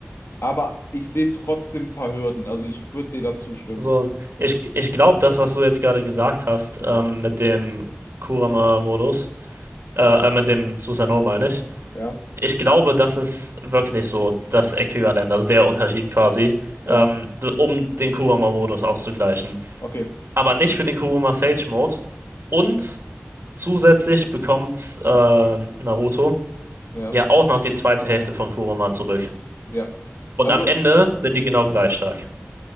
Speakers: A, on the left; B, on the right.
A: Aber ich sehe trotzdem ein paar Hürden. Also ich würde dir dazu stimmen.
B: So, ich, ich glaube, das, was du jetzt gerade gesagt hast, ähm, mit dem Kurama-Modus, äh, äh, mit dem Susanoo meine ich,
A: Ja,
B: ich glaube, das ist wirklich so das Äquivalent, also der Unterschied quasi,
A: ja,
B: ähm, d- um den Kurama-Modus auszugleichen.
A: okay,
B: Aber nicht für den Kurama-Sage-Mode und Zusätzlich bekommt äh, Naruto
A: ja,
B: ja auch noch die zweite Hälfte von Kurama zurück.
A: ja.
B: Und
A: Also.
B: am Ende sind die genau gleich stark.